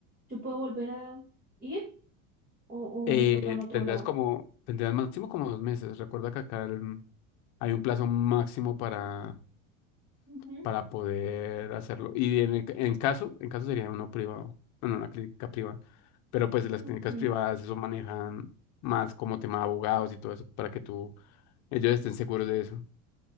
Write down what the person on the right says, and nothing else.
¿Yo puedo volver a ir? o,
o me toca en otro
lado.
Ujú.
Ok,